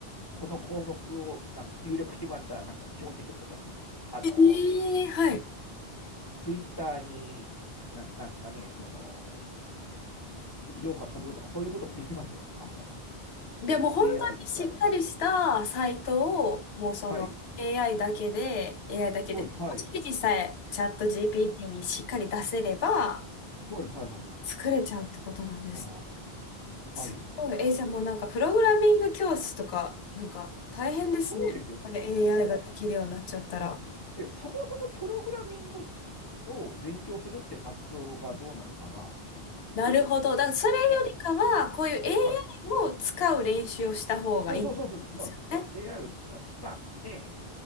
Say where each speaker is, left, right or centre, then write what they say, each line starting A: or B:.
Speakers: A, on the left; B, on the left.
A: この項目をなんか入力してもらったらなんか表示するとか、あの、
B: ええはい。
A: ツイッターに、な、なんですかね、その、じ情報が飛ぶとか、そういうこともできますよ。あの、
B: でもう本当にしっかりしたサイトを、
A: AI を使えば。
B: もうその
A: はい。
B: AI だけで、AI だけで、
A: そうです。はい。
B: 指示さえチャット GPT にしっかり出せれば
A: そうです。はい。はい。
B: 作れちゃうってことなんです。
A: うん、
B: す
A: はい。
B: いえーじゃあもうなんかプログラミング教室とか、なんか大変ですね。
A: そうですよね。
B: それ AI
A: うん。
B: ができるようになっちゃったら。
A: うん。で、そもそもプログラミングをつを勉強するっていう発想がどうなのかなっていう気持ちで。
B: なるほど。だからそれよりかは、
A: あ、
B: こういう AI
A: はい。
B: を使う練習をした方がいいんですよね。
A: そうそうそうそうそう、うん、AI をつはいまあ、で、